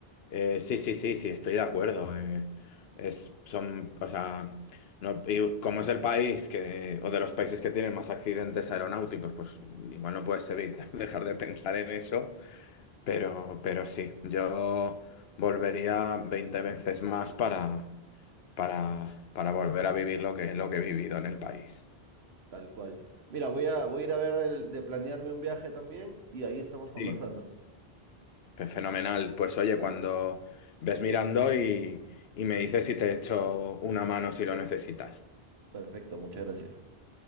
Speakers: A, on the left; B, on the right.
A: Eh, sí, sí, sí, sí, estoy de acuerdo, eh, es, son, o sea, no, y como es el país que, o de los países que tienen más accidentes aeronáuticos, pues igual no puedes evitar <laughs> dejar de pensar en eso, pero, pero sí, yo volvería 20 veces más para para, para volver a vivir lo que, lo que he vivido en el país.
B: tal cual. Mira, voy a, voy a ir a ver el- de planearme un viaje también y ahí estamos conversando.
A: Sí. Pues fenomenal. Pues oye, cuando ves mirando y, y me dices si te echo una mano si lo necesitas.
B: Perfecto, muchas gracias.